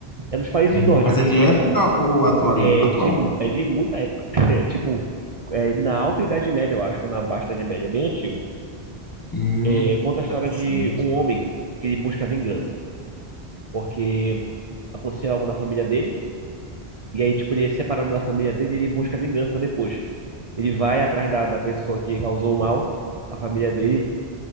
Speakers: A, on the right; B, on the left.
A: É nos países
B: Hum,
A: nórdicos.
B: Mas é de época ou atual?
A: É
B: atual?
A: de, é de muita época. <laughs> É, tipo, é na Alta Idade Média, eu acho, ou na Baixa Idade Média. É bem antigo.
B: Hum,
A: É, conta
B: interessante.
A: a história de um homem que ele busca vingança. Porque aconteceu algo na família dele. E aí, tipo, ele é separado da família dele e ele busca vingança depois. Ele vai atrás da, da pessoa que causou o mal à família dele